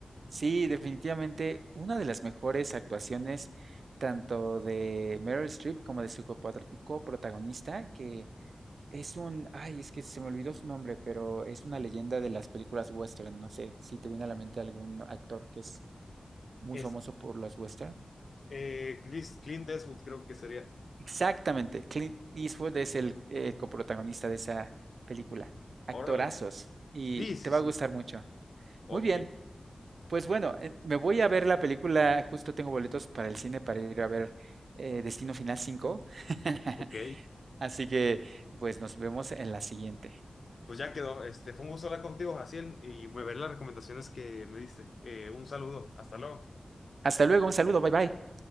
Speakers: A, on the right; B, on the left.
A: Sí, definitivamente una de las mejores actuaciones tanto de Meryl Streep como de su copatr- coprotagonista, que es un, ay, es que se me olvidó su nombre, pero es una leyenda de las películas western. No sé si te viene a la mente algún actor que es muy
B: Es,
A: famoso por los western.
B: eh, Chris, Clint Eastwood creo que sería.
A: Exactamente, Clint Eastwood es el eh, coprotagonista de esa película. Actorazos,
B: Órale.
A: y
B: Sí, sí,
A: te va
B: sí.
A: a gustar mucho.
B: Ok,
A: Muy bien, Pues bueno, eh, me voy a ver la película, justo tengo boletos para el cine para ir a ver eh, Destino Final 5. <laughs>
B: ok.
A: Así que pues nos vemos en la siguiente.
B: Pues ya quedó. Este, fue un gusto hablar contigo, Jaciel, y me veré las recomendaciones que me diste. Eh, un saludo. Hasta luego.
A: Hasta luego, un saludo, bye bye.